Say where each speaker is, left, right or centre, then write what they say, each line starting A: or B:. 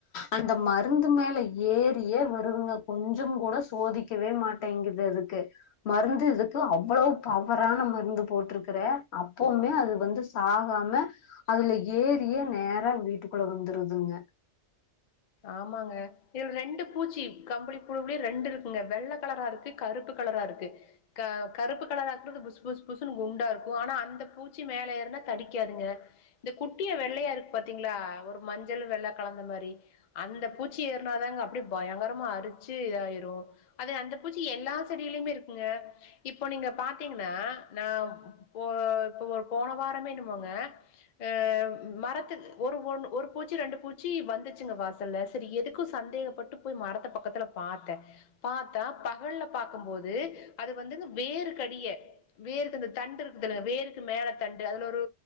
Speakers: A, on the left (about 60°); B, on the left (about 80°).
A: அந்த மருந்து மேல ஏரியே வருதுங்க கொஞ்ச கூட சோதிக்கவே மாட்டேங்குது அதுக்கு மருந்து இதுக்கு அவ்வளவு பவர்றான மருந்து போட்டிருக்கற அப்பவுமே அது வந்து சாகாம அதுல ஏறி நேரா வீட்டுக்குள்ள வந்துருதுங்க
B: ஆமாங்க இதுல ரெண்டு பூச்சி கம்பளி புழுவுலே ரெண்டு இருக்குங்க வெள்ள கலராருக்கு கருப்பு கலராருக்கு அ கருப்பு கலராக்குறது புசு புசு புசுன்னு குண்டாருக்கும் ஆனா அந்த பூச்சி மேல ஏறனா தடிக்காதுங்க இந்த குட்டியா வெள்ளையா இருக்கு பாத்தீங்ளா ஒரு மஞ்சள் வெள்ள கலந்த மாரி அந்த பூச்சி ஏறனாதாங்க அப்டி பயங்கரமா அரிச்சு இதாயிரும் அது அந்த பூச்சி எல்லா செடியிலயுமே இருக்குங்க இப்போ நீங்க பாத்தீங்னா நா இப்போ இப்ப ஒரு போன வாரமே என்னமோங்க ஆ மரத்து ஒரு ஒன் ஒரு பூச்சி ரெண்டு பூச்சி வந்துச்சுங்க வாச ல சரி எதுக்கு சந்தேகப்பட்டு போய் மரத்த பக்கத்ல பாத்த பாத்தா பகல்ல பாக்கும்போது அது வந்து வேரு கடிய வேருக்கு அந்த தண்டு இருக்குதுல வேருக்கு மேல தண்டு அதுல ஒரு